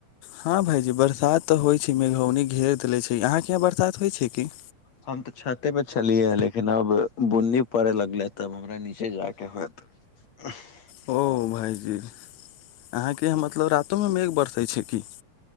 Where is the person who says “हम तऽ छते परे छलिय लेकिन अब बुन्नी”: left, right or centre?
Left